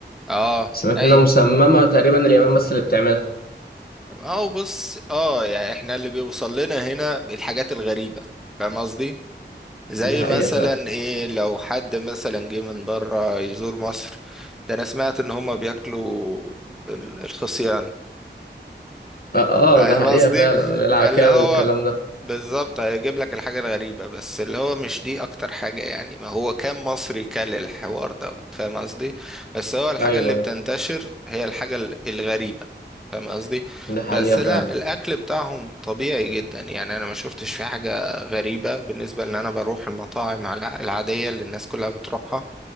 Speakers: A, in the centre; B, on the left.
A: اه
B: سمعت
A: ايوه
B: انها مسممه تقريبا اليابان بس اللي بتعملها
A: اه بص اه يعني احنا اللي بيوصل لنا هنا الحاجات الغريبة فاهم قصدي زي
B: دي حقيقه
A: مثلا
B: فعلا
A: ايه لو حد مثلا جه من بره يزور مصر ده انا سمعت ان هما بياكلوا ال- الخصيان
B: اه, آه
A: فاهم
B: ده حقيقه
A: قصدي
B: فعلا اللي هي العكاوي
A: فاللي هو
B: والكلام ده
A: بالظبط هيجيب لك الحاجة الغريبة بس اللي هو مش دي أكتر حاجة يعني ما هو كان مصري كل الحوار ده فاهم قصدي بس هو الحاجة
B: ايوه
A: اللي
B: ايوه
A: بتنتشر هي الحاجة ال- الغريبة فاهم قصدي
B: ده حقيقه
A: بس
B: فعلا
A: لا الأكل بتاعهم طبيعي جدا يعني أنا ما شفتش في حاجة غريبة بالنسبة لأن أنا بروح المطاعم الع- العادية اللي الناس كلها بتروحها